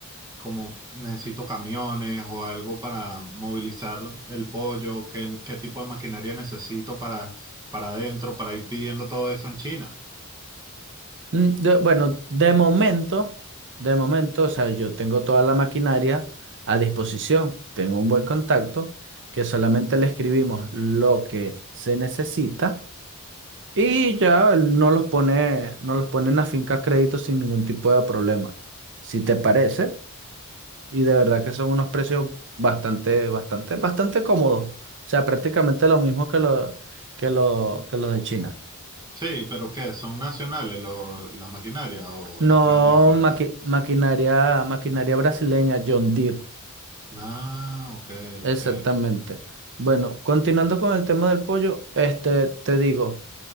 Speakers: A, on the right (about 20°); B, on the right (about 55°).
A: como necesito camiones o algo para movilizar el pollo, qué, qué tipo de maquinaria necesito para, para adentro, para ir pidiendo todo eso en China.
B: Mm, de- bueno, de momento, de momento, o sea, yo tengo toda la maquinaria a disposición, tengo un buen contacto, que solamente le escribimos lo que se necesita y ya él no los pone, no los pone en la finca a crédito sin ningún tipo de problema. Si te parece, y de verdad que son unos precios bastante, bastante, bastante cómodos. O sea, prácticamente lo mismo que lo, que lo, que los de China.
A: Sí, pero ¿qué? ¿Son nacionales lo- las maquinarias o las
B: No,
A: traen de afuera?
B: maqui- maquinaria, maquinaria brasileña, John Deere,
A: Ah, ok,
B: exactamente.
A: ok,
B: Bueno, continuando con el tema del pollo, este, te digo,